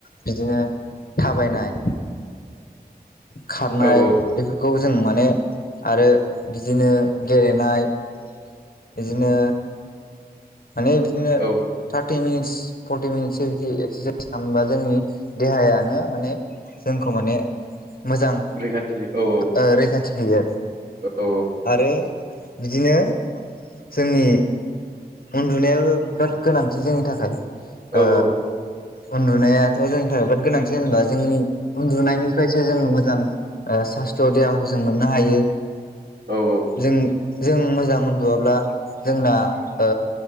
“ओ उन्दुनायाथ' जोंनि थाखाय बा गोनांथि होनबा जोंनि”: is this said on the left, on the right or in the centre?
Left